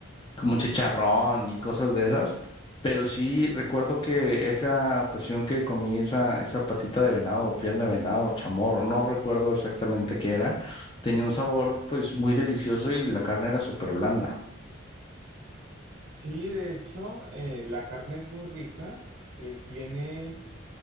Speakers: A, on the left; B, on the right.
A: como chicharrón y cosas de esas. Pero sí recuerdo que esa ocasión que comí esa, esa patita de venado, o pierna de venado, chamorro, no recuerdo exactamente qué era, tenía un sabor pues muy delicioso y la carne era súper blanda.
B: Sí, de hecho, eh, la carne es muy rica, eh, tiene...